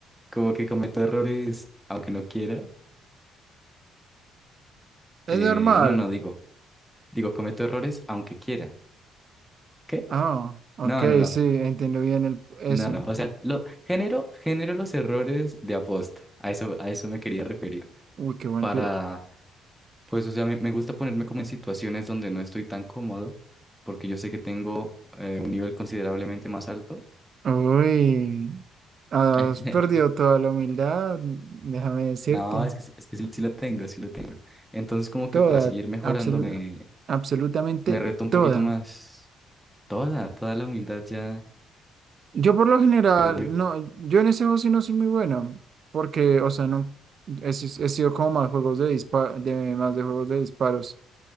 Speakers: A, in the centre; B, on the right.
A: como que cometo errores aunque no quiera. Eh,
B: Es normal.
A: no, no, digo, digo, cometo errores aunque quiera. ¿Qué?
B: Ah, ok,
A: No, no, no.
B: sí, entiendo bien el, eso.
A: No, no, o sea, lo, genero, genero los errores de aposta, a eso, a eso me quería referir,
B: Uy, qué buen
A: para,
B: tiro.
A: pues, o sea, me, me gusta ponerme como en situaciones donde no estoy tan cómodo, porque yo sé que tengo eh, un nivel considerablemente más alto.
B: Uy, has
A: <laughs>
B: perdido toda la humildad, déjame decirte.
A: No, es que, sí- es que sí, sí lo tengo, sí lo tengo. Entonces, como que
B: Toda,
A: para seguir mejorando
B: absoluta,
A: me,
B: absolutamente
A: me reto un poquito
B: toda.
A: más. Toda, toda la humildad ya
B: Yo por lo general,
A: perdió.
B: no, yo en ese juego sí no soy muy bueno, porque, o sea, no, he, si- he sido como más juegos de dispa- de más de juegos de disparos,